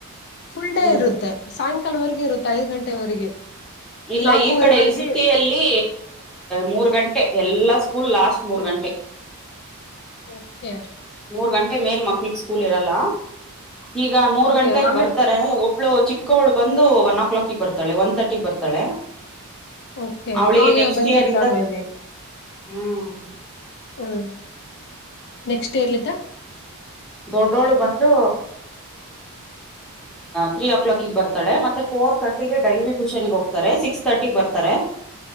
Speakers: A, on the left (about 45°); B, in the centre.
A: ಫುಲ್ ಡೇ
B: ಹ್ಮ್
A: ಇರುತ್ತೆ ಸಾಯಕಾಲವರೆಗ ಇರುತ್ತ ಐದು ಗಂಟೆವರೆಗೆ.
B: ಇಲ್ಲ
A: ನಾಲ್ಕೂವರೆವರೆಗೆ
B: ಈ ಕಡಲ್ಲಿ ಸಿಟಿಿಯಲ್ಲಿ ಮೂರ್ ಗಂಟೆ ಎಲ್ಲಾ ಸ್ಕೂಲ್ ಲಾಸ್ಟ್ ಮೂರ್ ಗಂಟೆ.
A: ಓಕೆ
B: ಮೂರ್ ಗಂಟೆ ಮೇಲ್ ಮಕ್ಳಗ್ ಸ್ಕೂಲ್ ಇರಲ್ಲ. ಈಗ ಮೂರ್
A: ಓಕೆ
B: ಗಂಟೆಗ್
A: ಐ
B: ಬರ್ತಾರೆ
A: ಮೀನ್
B: ಒಬ್ಳು ಚಿಕ್ ಚಕ್ಕೋಳು ಬಂದು ಒನ್ ಓ ಕ್ಲಾಕ ಬರ್ಾಳ ಒನ್ ತರ್ಟಿ ಬರ್ತಾಳೆ.
A: ಓಕೆ
B: ಅವಳಿಗೆ
A: ಅವ
B: ನೆಕ್ಸ್ಟ್
A: ಬಂದಿರ್ತ
B: ಇಯರ್ ಇಂದ
A: ಮೇಬಿ
B: ಹ್ಮ್
A: ಹ್ಮ ನೆಕ್ಸ್ಟ್ ಇಯರ್ಲ ಇದ್ದ.
B: ದೊಡ್ಡೋಳು ಬಂದು ತ್ರೀ ಕ್ಲಾಕಿಗೆ ಬರ್ತಾಳೆ ಮತ್ತೆ ಫೋರ್ ತರ್ಟಿಗೆ ಡೈಲಿ ಟ್ಯೂಷನ್ಗೆ ಹೋಗ್ತಾರೆ ಸಿಕ್ಸ್ ತರ್ಟಿ ಬರ್ತಾರೆ.